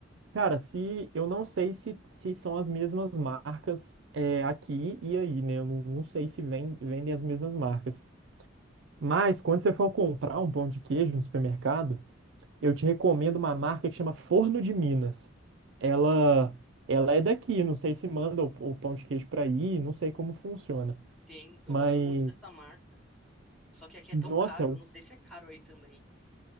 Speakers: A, on the right; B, in the centre.
A: cara, se eu não sei se, se são as mesmas marcas é, aqui e aí, né? Eu não não sei se vem- vendem as mesmas marcas. Mas quando você for comprar um pão de queijo no supermercado, Eu te recomendo uma marca que chama Forno de Minas. Ela, ela é daqui, não sei se manda o, o pão de queijo para aí, não sei como funciona.
B: Tem, eu
A: Mas,
B: gosto muito dessa marca. Só que aqui é
A: nossa,
B: tão caro.
A: o-
B: Eu não sei se é caro aí também.